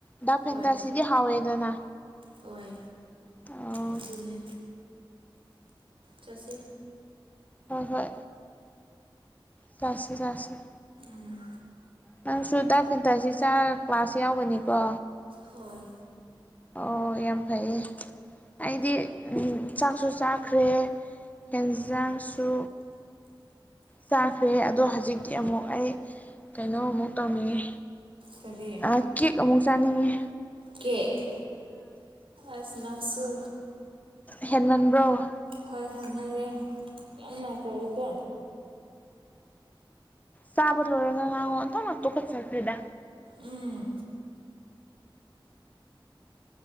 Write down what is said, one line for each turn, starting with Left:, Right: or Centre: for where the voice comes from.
Left: ꯗꯥꯛ ꯐꯦꯟꯗꯁꯤꯗꯤ
Right: ꯍꯣꯏ
Left: ꯍꯥꯎꯋꯦꯗꯅ
Right: ꯍꯣꯏ
Left: ꯑꯣ
Right: ꯑꯗꯨꯅꯦ ꯆꯠꯁꯦ
Left: ꯍꯣꯏ ꯍꯣꯏ ꯆꯥꯁꯦ ꯆꯁꯤꯦ
Right: ꯎꯝ
Left: ꯅꯪꯁꯨ ꯗꯥꯛ ꯐꯦꯟꯊꯁꯤ ꯆꯥ ꯀ꯭ꯂꯥꯁ ꯌꯥꯎꯒꯅꯤꯀꯣ
Right: ꯍꯣꯏ
Left: ꯑꯣ ꯌꯥꯝ ꯐꯩꯌꯦ ꯑꯩꯗꯤ ꯆꯥꯛꯁꯨ ꯆꯥꯈ꯭ꯔꯦ ꯍꯦꯟꯖꯥꯡꯁꯨ ꯆꯥꯈ꯭ꯔꯦ ꯑꯗꯣ ꯍꯧꯖꯤꯛꯇꯤ ꯑꯃꯨꯛ ꯑꯩ ꯀꯩꯅꯣꯃꯨꯛ ꯇꯧꯅꯤꯡꯉꯦ
Right: ꯀꯔꯤ
Left: ꯑ ꯀꯦꯛ ꯑꯃꯨꯛ ꯆꯥꯅꯤꯡꯉꯦ
Right: ꯀꯦꯀ ꯑꯁꯅꯁꯨ
Left: ꯍꯦꯃꯟꯕ꯭ꯔꯣ
Right: ꯐꯜ ꯍꯥꯏꯅꯔꯦ ꯌꯥꯝ ꯋꯥꯥꯏꯇ꯭ꯔꯕꯀꯣ
Left: ꯁꯥꯕ ꯂꯔꯒ ꯉ ꯅ ꯇ ꯀ ꯁꯥꯄ ꯂꯩꯦꯗꯥ
Right: ꯎꯝ